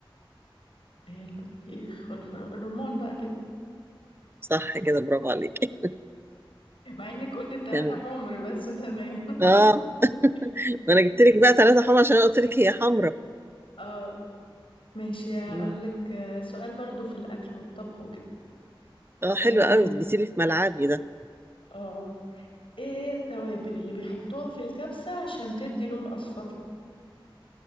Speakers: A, on the left (about 75°); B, on the right (about 25°).
A: ايه البطيخ والفراوله الرمان بقى كده
B: صح كده برافو عليك
A: مع انك قلت التلاته
B: <laughs> تمام
A: حمر بس تمام
B: اه <laughs>
A: <laughs>
B: ما انا جبت لك بقى ثلاثة حمرا عشان انا قلت لك هي حمرا
A: اه ماشي هقول
B: مم.
A: لك آه، سؤال برضو في الاكل والطبخ وكده
B: اه حلو
A: اه
B: قوي جيتي لي في ملعبي ده
A: آه. ايه هي التوابل اللي بيحطوها في الكبسه عشان تدي لون اصفر